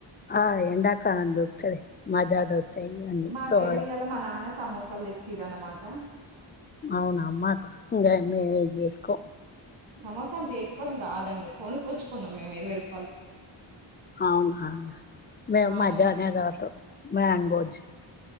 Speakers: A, on the left (about 20°); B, on the right (about 65°).
A: ఆ ఎండాకాలం దొరుకుతది మజా దొరుకుతయి అన్నీ
B: మాకేమో
A: సో అలా
B: ఇయ్యాల మా నాన్న సమోసాలు తెచ్చిర్రు అన్నమాట
A: అవును అమ్మా కోసం <unintelligible> జెసుకో
B: సమోసాలు చేసుకోవడం కాదండి కొనుక్కొచ్చుకున్నాం మేం ఇరువెయ్యి రూ
A: అవునా మేము
B: అవునండి
A: మజానే దాగుతం మ్యాంగో జ్యూస్